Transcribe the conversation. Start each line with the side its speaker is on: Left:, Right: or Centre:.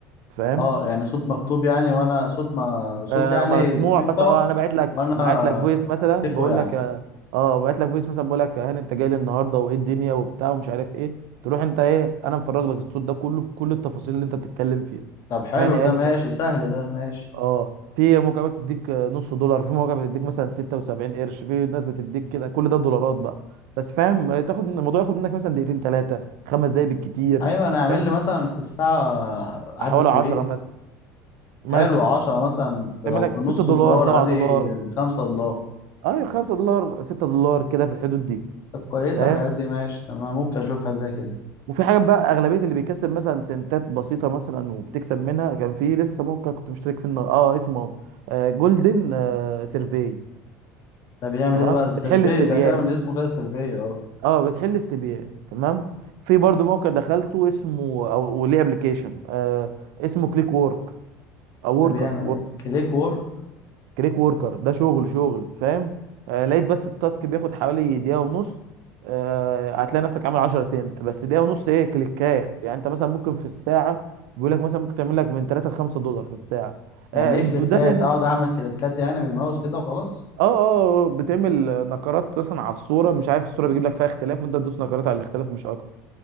Right: فاهم
Left: اه يعني صوت مكتوب يعني وانا صوت ما صوت
Right: آه
Left: يعني
Right: مسموع
Left: موسيقى
Right: بس اه انا بعت لك
Left: وانا
Right: بعت لك فويس مثلا
Left: اكتبه
Right: بقول
Left: يعني
Right: لك اه آه، بعت لك فويس مثلا بقول لك هاني انت جاي لي النهارده وايه الدنيا وبتاع ومش عارف ايه تروح انت ايه انا مفرغ لك الصوت ده كله بكل التفاصيل اللي انت بتتكلم فيها
Left: طب حلو
Right: هاني
Left: ده
Right: قال
Left: ماشي
Right: كده
Left: سهل ده ماشي
Right: اه في موقع بتديك آه، نص دولار في موقع بتديك مثلا 76 قرش في ناس بتديك كده كل ده دولارات بقى بس فاهم آه، تاخد الموضوع ياخد منك مثلا دقيقتين ثلاثه خمس دقايق بالكتير
Left: ايوه انا اعمل
Right: فاهم
Left: لي مثلا في الساعة عدد
Right: حوالي
Left: كبير
Right: 10 مثلا مثلا
Left: حلو 10 مثلا في
Right: تعمل
Left: لو
Right: لك
Left: في نص
Right: 6 دولار
Left: دولار
Right: 7
Left: ادي
Right: دولار
Left: بخمسة دولار
Right: اه 5 دولار 6 دولار كده في الحدود دي
Left: طب كويسة
Right: فاهم
Left: الحاجات دي ماشي تمام ممكن أشوف حاجة زي كده
Right: وفي حاجات بقى اغلبيه اللي بيكسب مثلا سنتات بسيطه مثلا وبتكسب منها كان في لسه موقع كنت مشترك فيه النا- اه اسمه اهو آه جولدن آه سيرفي
Left: ده بيعمل
Right: تمام
Left: إيه ده بقى سيرفي
Right: بتحل استبيان
Left: ده كده من اسمه كده سيرفي أه
Right: اه بتحل استبيان تمام في برضو موقع دخلته اسمه او وليه ابلكيشن آه اسمه كليك وورك او وركر
Left: ده بيعمل إيه كليك وورك
Right: كليك وركر ده شغل شغل فاهم آه لقيت بس التاسك بياخد حوالي دقيقة ونص آه هتلاقي نفسك عامل 10 سنت بس دقيقة ونص ايه كليكات يعني انت مثلا ممكن في الساعة بيقول لك مثلا ممكن تعمل لك من 3 ل 5 دولار في الساعة
Left: يعني
Right: آه
Left: إيه كليكات
Right: ده لأن-
Left: أقعد أعمل كليكات يعني بالماوس كده وخلاص
Right: اه اه آه، بتعمل نقرات مثلا على الصورة مش عارف الصورة بيجيب لك فيها اختلاف وانت تدوس نقرات على الاختلاف مش اكتر